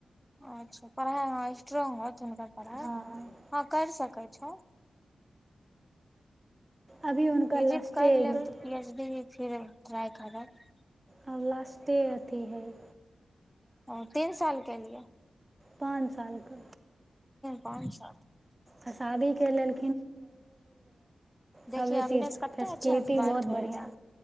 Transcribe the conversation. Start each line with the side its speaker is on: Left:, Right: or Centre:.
Centre: अच्छा पढ़ाइ ह स्ट्रोंग होत हुनकर पढ़ाइ
Right: हँ
Centre: हँ करि सकै छौ
Right: अभी हुनकर
Centre: पीजी
Right: लास्टे
Centre: कर लेब
Right: आब
Centre: तऽ पीएच डी फिर ट्राइ करब
Right: आ लास्टे अथी हइ
Centre: हाँ तीन साल के लिए
Right: पाँच सालके
Centre: कोन छ
Right: आ शादी के लेल
Centre: देखियए
Right: सभे
Centre: अपने
Right: चीज
Centre: से कते
Right: फैसिलिटी
Centre: अच्छा से बात
Right: बहुत
Centre: होइ
Right: बढ़िआँ
Centre: है